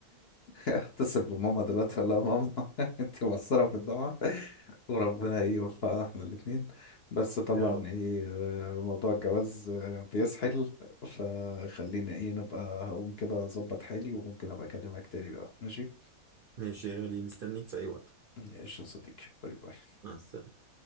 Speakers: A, on the left (about 55°); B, on the right (about 65°).
A: اتصل بماما دلوقتي اقول لها ماما <laughs> انت مقصره في الدعاء وربنا ايه يوفقنا احنا الاثنين بس طبعا
B: يا رب
A: ايه آه، موضوع الجواز آه، بيسحل فخلينا ايه نبقى هقوم كده اظبط حالي وممكن ابقى اكلمك تاني بقى ماشي
B: ماشي يا غالي مستنيك في اي وقت
A: ماشي يا صديقي باي باي
B: مع السلامه